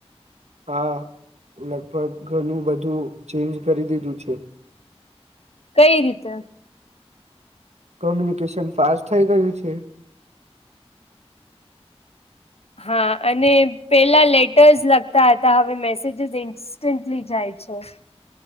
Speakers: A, on the right; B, on the left.
A: આ લગભગ ઘણું બધું ચેન્જ કરી દીધું છે
B: કઈ રીતે
A: કોમ્યુનિકેશન ફાસ્ટ થઈ ગયું છે
B: હા અને પેલા લેટર્સ લગતા હતા હવે મેસેજસ ઇન્સ્ટન્ટલી જાય છેો